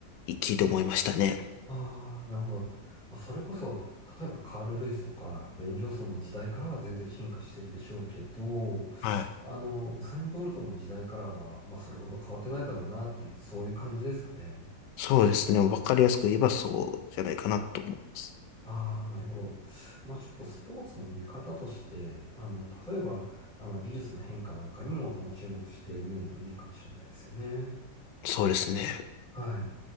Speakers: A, on the left (about 75°); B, in the centre.
A: 聞いて思いましたね。
B: ああ、なるほど。まあ、それこそ、例えばカール・ルイスとか、ベン・ジョンソンの時代からは全然進化してるでしょうけど、
A: はい。
B: あの、ウサイン・ボルトの時代からは、まあ、それほど変わってないだろうなっていう、そういう感じですかね。
A: そうですね。わかりやすく言えばそうじゃないかなと思います。
B: ああ、なるほど。まあちょっとスポーツの見方として、あの、例えば、あの、技術の変化なんかにも、あの、注目してみるのもいいかもしれないですよね。
A: そうですね。
B: はい。